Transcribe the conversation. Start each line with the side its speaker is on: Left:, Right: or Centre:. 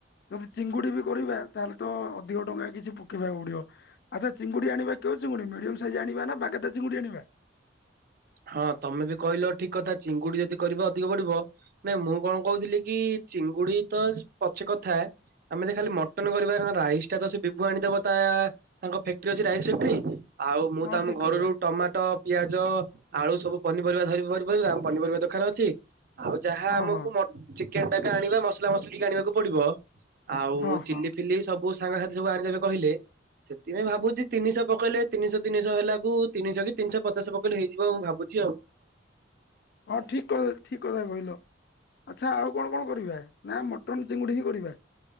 Left: ଯଦି ଚିଙ୍ଗୁଡି ବି କରିବା ତାହେଲେ ତ ଅଧିକ ଟଙ୍କା କିଛି ପକେଇବାକୁ ପଡିବ। ଆଛା ଚିଙ୍ଗୁଡି ଆିଣବା କେଉ ଚିଙ୍ଗୁଡି ମିଡିୟମ ସାଇଜ୍ ଆଣିବା ନା ବାଗଦା ଚିଙ୍ଗୁଡି ଆଣିବା?
Right: ହଁ ତମେ ବି କହିଲ ଠିକ କଥା ଚିଙ୍ଗୁଡି ଯଦି କରିବ ଅଧିକ ପଡିବ ନାଇଁ ମୁଁ କଣ କହୁଥିଲି କି ଚିଙ୍ଗୁଡି ତ ପଛେ କଥା ଆମେ ଯଦି ଖାଲି ମଟନ କରିବା ତ ରାଇସ ଟା ତ ସେ ବିିଭୁ ଆଣିଦବ ତା ତାଙ୍କ ଫ୍ୟାକ୍ଟ୍ରି ଅଛି ରାଇସ ଫ୍ୟାକ୍ଟ୍ରି ଆଉ ମୁଁ
Left: ହଁ
Right: ତ ଆମ
Left: ଠିକ
Right: ଘରରୁ
Left: କଥା
Right: ଟମାଟୋ ପିଆଜ ଆଳୁ ସବୁ ପନିପରିବା ଧରି ପନିପରିବା ଦୋକାନ ଅଛି। ଆଉ ଯାହା
Left: ହଁ
Right: ଆମକୁ
Left: ହଁ
Right: ମଟ ଚିକେନ ଟାକା ଆଣିବା ମସଲା ମସଲି ଆଣିବାକୁ ପଡିବ ଆଉ
Left: ହଁ
Right: ଚିଲି
Left: ହଁ
Right: ଫିଲି ସବୁ କୋଉ ସାଙ୍ଗ ସାଥି ସବୁ ଆଣିଦେବେ କହିଲେ। ସେଥିପାଇଁ ଭାବଛି ତିନିଶହ ପକେଇଲେ ତିନିଶ ତିନିଶହ ହେଲାକୁ। ତିନିଶ କି ତିନିଶହ ପଚଶ ପକେଇଲେ ହେଇ ଯିବ ମୁଁ ଭାବୁଛି ଆଉ।
Left: ହଁ ଠିକ୍ କ ଠିକ କଥା କହିଲ। ଆଚ୍ଛା ଆଉ କଣ କଣ କରିବା ନା ମଟନ୍ ଚିଙ୍ଗୁଡ଼ି ହିଁ କରିବା।